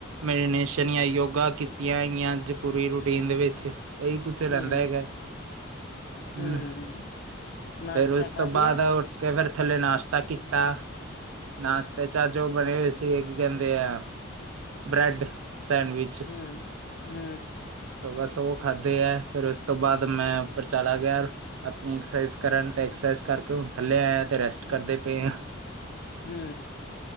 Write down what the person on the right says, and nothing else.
ਮੈਡੀਨੇਸ਼ਨ ਜਾਂ ਯੋਗਾ ਕੀਤੀਆਂਈਆਂ ਪੂਰੀ ਰੂਟੀਨ ਦੇ ਵਿੱਚ ਇਹੀ ਕੁਛ ਰਹਿੰਦਾ
ਹੈਗਾ ਹਮ
ਫੇਿਰ ਉਸ ਤੋਂ
ਬਾਅਦ
ਕਈ ਵਾਰ ਥੱਲੇ ਨਾਸ਼ਤਾ ਕੀਤਾ ਨਾਸ਼ਤੇ ਚ ਅੱਜ ਉਹ ਬਣੇ ਹੋਏ ਸੀ ਕੀ ਕਹਿੰਦੇ ਆ ਬ੍ਰੈਡ ਸੈਂਡਵਿਚ
ਤੇ ਬਸ ਉਹ ਖਾਧੇ ਹੈ ਫਿਰ ਉਸ ਤੋਂ ਬਾਅਦ ਮੈਂ ਉੱਪਰ ਚਲਾ ਗਿਆ ਆਪਣੀ ਐਕਸਰਸਾਈਜ਼ ਕਰਨ ਤੇ ਐਕਸਰਸਾਈਜ਼ ਕਰਕੇ ਹੁਣ ਥੱਲੇ ਆਇਆ ਤੇ ਰੈਸਟ ਕਰਦੇ ਪਏ ਹਾਂ